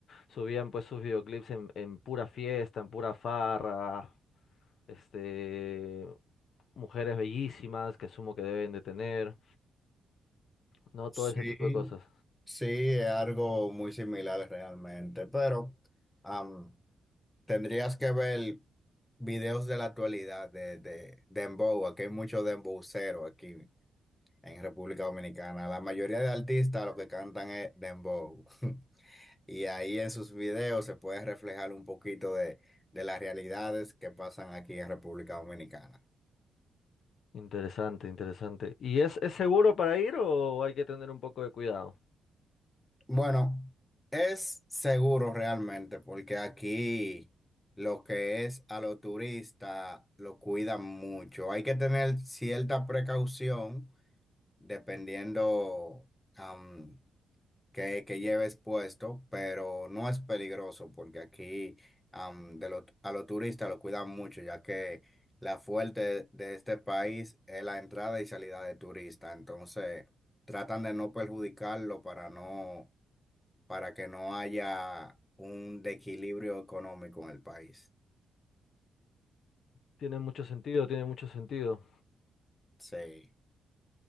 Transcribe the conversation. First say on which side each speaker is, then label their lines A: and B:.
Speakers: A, on the left; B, on the left.
A: subían pues sus videoclips en, en pura fiesta, en pura farra, este, mujeres bellísimas que asumo que deben de tener, ¿no? Todo
B: Sí,
A: ese tipo de cosas.
B: Sí, es algo muy similar realmente, pero am, tendrías que ver videos de la actualidad de, de Dembow, aquí hay mucho Dembowcero aquí en República Dominicana. La mayoría de artistas lo que cantan es Dembow. <laughs> Y ahí en sus videos se puede reflejar un poquito de, de las realidades que pasan aquí en República Dominicana.
A: Interesante, interesante. ¿Y es, es seguro para ir o hay que tener un poco de cuidado?
B: Bueno, es seguro realmente, porque aquí lo que es a los turistas lo cuidan mucho. Hay que tener cierta precaución dependiendo am, qué, qué lleves puesto, pero no es peligroso porque aquí am, de lo- a los turistas lo cuidan mucho, ya que la fuerte de este país es la entrada y salida de turistas. Entonces, tratan de no perjudicarlo para no para que no haya un desequilibrio económico en el país.
A: Tiene mucho sentido, tiene mucho sentido.
B: Sí.